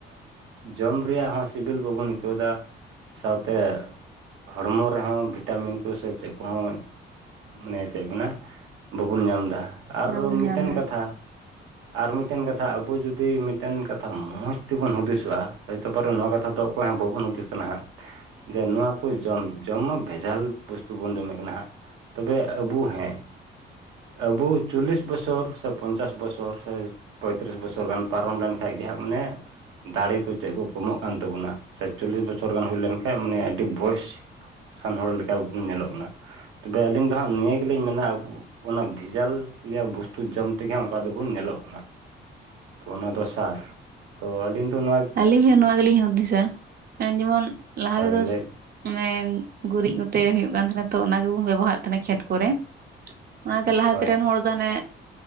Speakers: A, on the right (about 80°); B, on the right (about 50°).
A: ᱡᱚᱢ ᱨᱮᱭᱟᱜ ᱦᱚᱸ ᱥᱤᱵᱤᱞ ᱵᱟᱵᱚᱱ ᱟᱹᱭᱠᱟᱹᱣᱫᱟ ᱾ ᱥᱟᱶᱛᱮ ᱦᱚᱲᱢᱚ ᱨᱮᱦᱚᱸ ᱵᱷᱤᱴᱟᱢᱤᱱ ᱠᱚ ᱥᱮ ᱪᱮᱫ ᱠᱚᱦᱚᱸ ᱢᱟᱱᱮ ᱪᱮᱫ ᱢᱮᱱᱟ ᱵᱟᱵᱚᱱ ᱧᱟᱢᱫᱟ ᱟᱨ
B: ᱵᱟᱵᱚᱱ
A: ᱢᱤᱫᱴᱮᱱ
B: ᱧᱟᱢ ᱮᱫᱟ
A: ᱠᱟᱛᱷᱟ ᱟᱨ ᱢᱤᱫᱴᱮᱱ ᱠᱟᱛᱷᱟ ᱟᱵᱚ ᱡᱩᱫᱤ ᱢᱤᱫᱴᱮᱱ ᱠᱟᱛᱷᱟ ᱢᱚᱸᱡᱽ ᱛᱮᱵᱚᱱ ᱦᱩᱫᱤᱥᱚᱜᱼᱟ ᱦᱚᱭᱛᱚ ᱯᱚᱨᱮ ᱱᱚᱣᱟ ᱠᱟᱛᱷᱟ ᱫᱚ ᱚᱠᱚᱭ ᱦᱚᱸ ᱵᱟᱵᱚᱱ ᱦᱩᱫᱤᱥ ᱠᱟᱱᱟ ᱦᱟᱸᱜ ᱡᱮ ᱱᱚᱣᱟ ᱠᱚ ᱡᱚᱢ ᱡᱚᱢ ᱢᱟ ᱵᱷᱮᱡᱟᱞ ᱵᱚᱥᱛᱩ ᱵᱚᱱ ᱡᱚᱢᱮᱫ ᱠᱟᱱᱟ ᱦᱟᱸᱜ ᱛᱚᱵᱮ ᱟᱵᱚ ᱦᱮᱸ ᱟᱵᱚ ᱪᱚᱞᱞᱤᱥ ᱵᱚᱪᱷᱚᱨ ᱥᱮ ᱯᱚᱧᱪᱟᱥ ᱵᱚᱪᱷᱚᱨ ᱥᱮ ᱯᱚᱸᱭᱛᱨᱤᱥ ᱵᱚᱪᱷᱚᱨ ᱜᱟᱱ ᱯᱟᱨᱚᱢ ᱞᱮᱱᱠᱷᱟᱡ ᱜᱮ ᱦᱟᱸᱜ ᱢᱟᱱᱮ ᱫᱟᱲᱮ ᱠᱚ ᱪᱮᱫ ᱠᱚ ᱠᱚᱢᱚᱜ ᱠᱟᱱ ᱛᱟᱵᱚᱱᱟ ᱥᱮ ᱪᱚᱞᱞᱤᱥ ᱵᱚᱪᱷᱚᱨ ᱜᱟᱱ ᱦᱩᱭ ᱞᱮᱱᱠᱷᱟᱱᱡ ᱢᱟᱱᱮ ᱟᱹᱰᱤ ᱵᱚᱭᱮᱥ ᱥᱟᱱ ᱦᱚᱲ ᱞᱮᱠᱟᱵᱚᱱ ᱧᱮᱞᱚᱜ ᱠᱟᱱᱟ ᱛᱚᱵᱮ ᱟᱹᱞᱤᱧ ᱫᱚ ᱦᱟᱸᱜ ᱱᱤᱭᱟᱹ ᱜᱮᱞᱤᱧ ᱢᱮᱱᱟ ᱟᱵᱚ ᱚᱱᱟ ᱵᱷᱮᱡᱟᱞ ᱨᱮᱭᱟᱜ ᱵᱩᱥᱛᱩ ᱡᱚᱢ ᱛᱮᱜᱮ ᱚᱱᱠᱟ ᱫᱚᱵᱚᱱ ᱧᱮᱞᱚᱜ ᱠᱟᱱᱟ ᱾ ᱚ ᱚᱱᱟ ᱫᱚ ᱥᱟᱨ ᱛᱚ ᱟᱹᱞᱤᱧ ᱫᱚ ᱱᱚᱣᱟ
B: ᱟᱞᱤᱧ ᱦᱚᱸ ᱱᱚᱣᱟ ᱜᱮᱞᱤᱧ ᱦᱩᱫᱤᱥᱟ ᱡᱮᱢᱚᱱ ᱞᱟᱦᱟ
A: ᱦᱳᱭ
B: ᱛᱮᱫᱚ
A: ᱞᱟᱹᱭ
B: ᱢᱟᱱᱮ ᱜᱩᱨᱤᱡ ᱠᱚᱛᱮ ᱦᱩᱭᱩᱜ ᱠᱟᱱ ᱛᱟᱦᱮᱱᱟ ᱛᱚ ᱚᱱᱟ ᱜᱮᱵᱚᱱ ᱵᱮᱵᱚᱦᱟᱨᱮᱫ ᱛᱟᱦᱮᱱᱟ ᱠᱷᱮᱛ ᱠᱚᱨᱮ ᱾ ᱚᱱᱟᱛᱮ ᱞᱟᱦᱟᱛᱮ
A: ᱦᱳᱭ
B: ᱨᱮᱱ ᱦᱚᱲ ᱫᱚ ᱚᱱᱮ